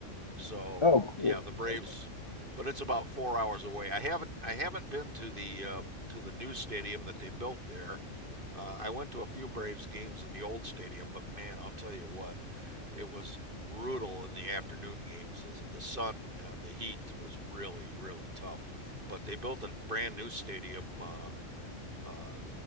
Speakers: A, on the right (about 40°); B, on the left (about 25°).
A: So
B: Oh, cool.
A: yeah, the Braves,
B: Okay.
A: but it's about four hours away. I haven't I haven't been to the uh, to the new stadium that they built there. Uh, I went to a few Braves games in the old stadium, but man, I'll tell you what, it was brutal in the afternoon games. The, the sun, uh, the heat was really really tough. But they built a brand new stadium uh, uh,